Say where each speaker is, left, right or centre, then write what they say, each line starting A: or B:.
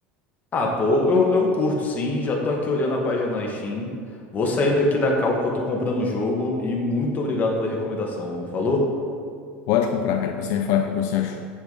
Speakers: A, on the left; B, on the left.
A: Ah, pô, eu,
B: Eu-
A: eu curto sim, já tô aqui olhando a página na Steam. Vou sair daqui da cal porque eu tô comprando o jogo e muito obrigado pela recomendação. Falou?
B: Pode comprar, cara, pra você me falar o que você achou.